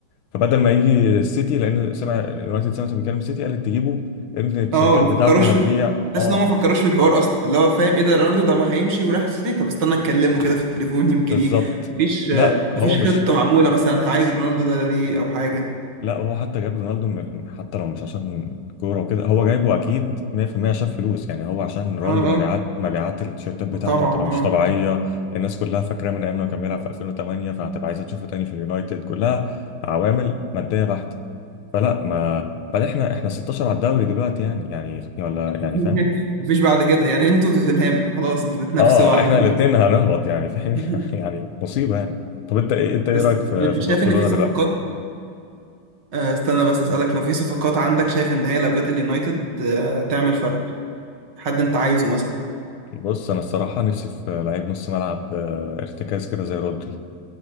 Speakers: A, on the left; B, on the right.
A: فبدل ما يجي السيتي لأن سمع يونايتد سمعت بيتكلم السيتي قالت تجيبه لأن التيشيرتات
B: اه ما
A: بتاعته
B: بيفكروش في
A: هتبيع
B: تحس
A: أه
B: ان هم ما فكروش في الحوار اصلا اللي هو فاهم ايه ده رونالدو ده ما هيمشي وراح السيتي طب استنى نكلمه كده في التليفون يمكن
A: بالظبط
B: يجي مفيش آه،
A: لا
B: مفيش
A: هو مش
B: خطة معمولة مثلا عايز رونالدو ده ليه او حاجة
A: لا هو حتى جاب رونالدو م- حتى لو مش عشان كورة وكده هو جايبه أكيد 100% عشان فلوس يعني هو عشان رونالدو
B: اه اه
A: مبيعات مبيعات التيشيرتات بتاعته
B: طبعا
A: هتبقى مش
B: اه
A: طبيعية الناس كلها فاكراه من أيام لما كان بيلعب في 2008 فهتبقى عايزة تشوفه تاني في اليونايتد كلها عوامل مادية بحتة فلا ما بعد احنا احنا 16 على الدوري دلوقتي يعني يعني ولا يعني
B: <laughs>
A: فاهم
B: مفيش بعد كده يعني انتوا توتنهام خلاص انتوا بتنافسوا
A: اه
B: على
A: احنا
B: الهبوط
A: الاتنين هنهبط يعني فاهم
B: <laughs>
A: <laughs> يعني مصيبة يعني طب انت ايه انت ايه
B: بس
A: رأيك في
B: مش
A: في برشلونة
B: شايف ان في صفقات
A: دلوقتي؟
B: آه، استنى بس اسألك لو في صفقات عندك شايف ان هي لو جت اليونايتد آه، تعمل فرق حد انت عايزه مثلا
A: بص انا الصراحه نفسي في لعيب نص ملعب آه، ارتكاز كده زي رودري